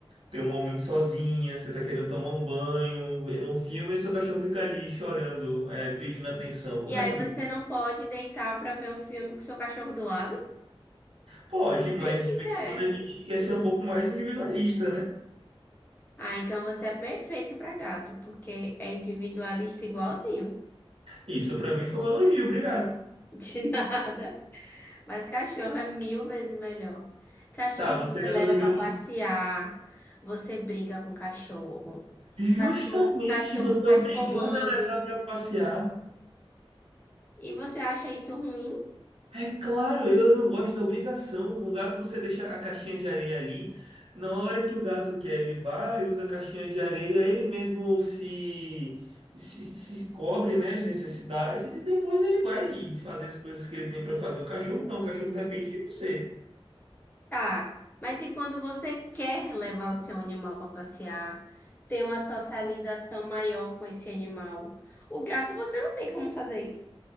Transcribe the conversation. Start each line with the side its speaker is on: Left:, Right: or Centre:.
Right: Tem um momento sozinha, você tá querendo tomar um banho, ver um filme e seu cachorro fica ali chorando, é, pedindo atenção. Como
Left: E aí
Right: é que.
Left: você não pode deitar pra ver um filme com seu cachorro do lado?
Right: Pode,
Left: Que
Right: mas
Left: preguiça
Right: de vez em
Left: é
Right: quando
Left: essa?
Right: a gente quer ser um pouco mais individualista, né?
Left: Ah, então você é perfeito pra gato, porque é individualista igualzinho.
Right: Isso pra mim foi um elogio, obrigado.
Left: <laughs> De nada. Mas cachorro é mil vezes melhor. Cachorro
Right: Tá, você
Left: você
Right: ainda
Left: leva
Right: não me deu
Left: pra passear,
Right: muito.
Left: você brinca com o cachorro.
Right: Justamente,
Left: O cachorro
Right: você
Left: faz
Right: é obrigado
Left: comando.
Right: a levar pra passear.
Left: E você acha isso ruim?
Right: É claro, eu não gosto da obrigação. Com o gato você deixa a caixinha de areia ali. Na hora que o gato quer, ele vai, usa a caixinha de areia, ele mesmo se, se, se cobre, né, as necessidades e depois ele vai fazer as coisas que ele tem para fazer. O cachorro não, o cachorro depende de você.
Left: Tá, mas e quando você quer levar o seu animal para passear, ter uma socialização maior com esse animal? O gato, você não tem como fazer isso.